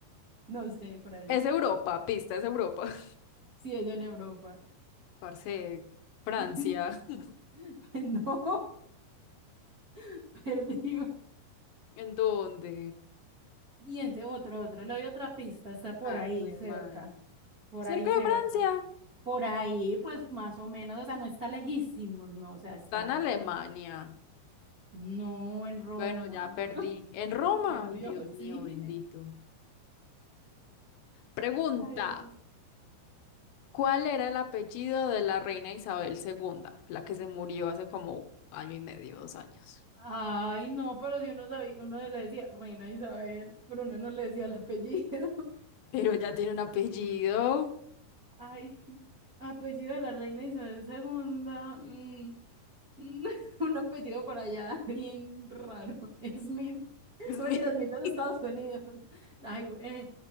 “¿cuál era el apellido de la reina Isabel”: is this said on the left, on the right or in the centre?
Left